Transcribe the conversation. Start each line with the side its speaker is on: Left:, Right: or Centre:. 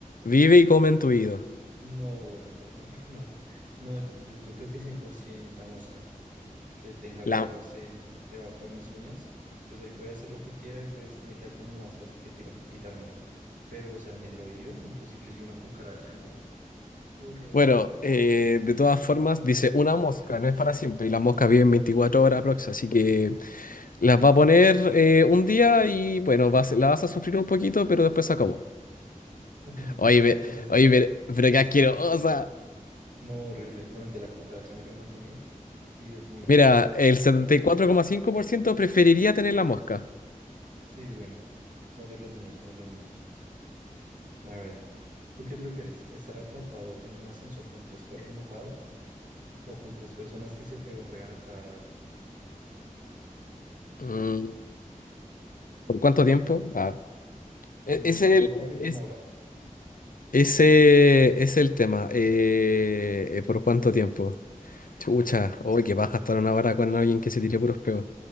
Left: Vive y come en tu oído.
Right: No, no, no, no, no, no, no, no, yo, yo, yo creo que 100% la mosca. que tenga larvas
Left: La,
Right: en, debajo de mis uñas, pues ahí puede hacer lo que quiera y pues me queda como más fácil que tira- quitármelo. Pero, o sea, en el oído, imposible. Y una cucaracha, no. Qué horror.
Left: bueno, eh, de todas formas, dice una mosca, no es para siempre, y las moscas viven 24 horas aprox, así que... Las va a poner eh, un día y bueno, vas, la vas a sufrir un poquito, pero después se acabó.
Right: <laughs>
Left: Oye, ve-
Right: Me tocas.
Left: oye, ve- pero qué asquerosa.
Right: No, horrible. No, el de la cucaracha me lo imaginé. y Dios mío.
Left: Mira, el setenta y cuatro coma cinco por ciento preferiría tener la mosca.
Right: Sí, bueno. Son de los míos, son de los míos. A ver, ¿tú qué prefieres? ¿Estar atrapado en un ascensor con tres perros mojados o con tres personas que se pedorrean a cada rato?
Left: Mm, ¿Por cuánto tiempo? Ah, e-
Right: Mm,
Left: es el,
Right: pongámosle
Left: es-
Right: una hora.
Left: ese es el tema. eh, eh, ¿por cuánto tiempo? Chucha, oye, que vas a estar una hora con alguien que se tire puros peos.